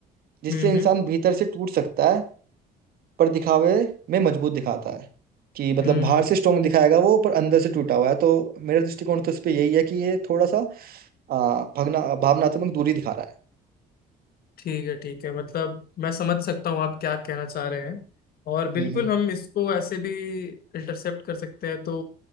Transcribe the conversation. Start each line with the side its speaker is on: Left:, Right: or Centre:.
Right: जिससे
Left: हम्म
Right: इंसान
Left: हम्म
Right: भीतर से टूट सकता है पर दिखावे में मजबूत दिखाता है कि मतलब
Left: हम्म
Right: बाहर से स्ट्रोंग दिखाएगा वो पर अंदर से टूटा हुआ है तो मेरा दृष्टिकोण तो इस पे यही है कि ये थोड़ा सा आ, भगना भावनात्मक दूरी दिखा रहा
Left: ठीक है ठीक है मतलब मैं समझ सकता हूँ आप क्या कहना चाह रहे हैं और बिल्कुल
Right: है हम्म हम्म।
Left: हम इसको ऐसे भी इंटरसेप्ट कर सकते हैं तो